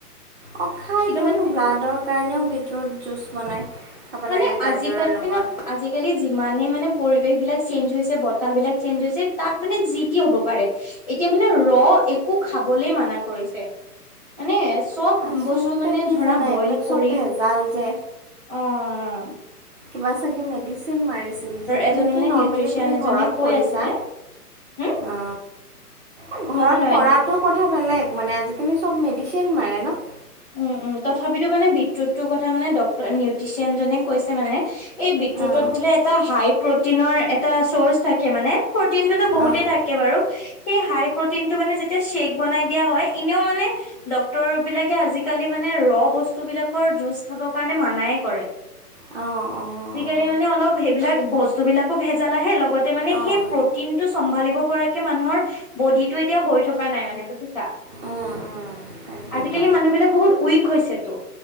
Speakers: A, on the right; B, on the left.
A: অ, খাই
B: কিন্তু
A: টোন
B: মানে
A: ব্লাডৰ কাৰণেও বিটৰুট জুচ বনায়। খাব
B: মানে
A: লাগে গাজৰৰ
B: আজিকালি
A: লগত।
B: আজিকালি যিমানে মানে পৰিৱেশ বিলাক চেঞ্জ হৈছে বতাহ বিলাক চেঞ্জ হৈছে তাত মানে জি টি হ'ব পাৰে। এতিয়া মানে ৰ' একো খাবলে মানা কৰিছে। মানে চব
A: আচলতে
B: বস্তু মানে
A: কি
B: ধৰা
A: জানা
B: বইল
A: এইবিলাক চব
B: কৰি
A: ভেজাল যে
B: অ', অ',
A: কিবা চাগে মেডিচিন মাৰিছিল যিটো
B: এজনে
A: নেকি
B: মানে
A: নৰ্মেলি
B: নিউট্ৰিচিয়ান
A: তুমি
B: এজনে
A: ঘৰত
B: কৈ
A: কৰিছা।
B: আছিলে হুম
A: অ, এ ঘৰত
B: নহয় নহয়
A: কৰাত ত'কথা বেলেগ মানে আজিকালি চব মেডিচিন মাৰে ন'।
B: উম- উম তথাপিতো মানে বিটৰুটটো কথা মানে ডক্টৰ নিউট্ৰিচিয়ান জনে কৈছে মানে এই বিটৰুটত
A: অঁ
B: বোলে এটা হাই প্ৰটিনৰ এটা চৰ্চ থাকে মানে প্ৰটিন টোতো বহুতেই
A: অঁ
B: থাকে। কে বাৰু সেই হাই প্ৰটিনটো মানে যেতিয়া ছেক বনাই দিয়া হয় এনেও মানে ডক্তৰ বিলাকে আজিকালি মানে ৰ' বস্তু বিলাকৰ জুজ খাব কাৰণে মানাই কৰে।
A: অ', অ',
B: তে মানে অলপ সেইবিলাক বস্তু বিলাকো ভেজাল আহে লগতে মানে
A: অঁ অঁ
B: সেই প্ৰট টিনটো চম্ভালিব পৰাকে মানুহৰ বডিটো এতিয়া হৈ থকা নাই মানে বুজিছা।
A: উম উম তাকেইতো
B: আজিকালি মানুহ বিলাক বহুত উইক হৈছেতো।